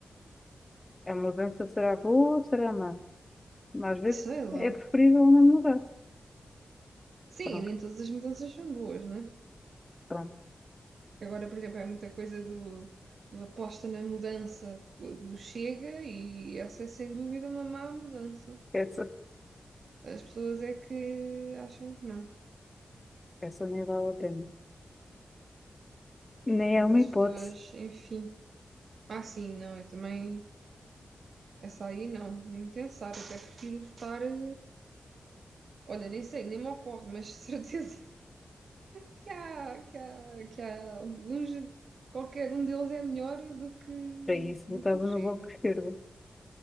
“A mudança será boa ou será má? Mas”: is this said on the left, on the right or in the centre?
Left